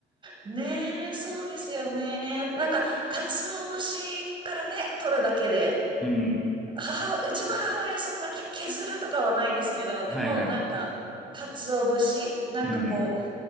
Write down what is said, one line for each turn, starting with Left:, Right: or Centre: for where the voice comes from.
Right: ねえ、そうですよね。なんか、鰹節からね、取るだけで、
Centre: うん。
Right: 母、うちの母親そんな削るとかはないですけど、でもなんか、
Centre: はいはい。
Right: 鰹節なんかこ
Centre: うんうん。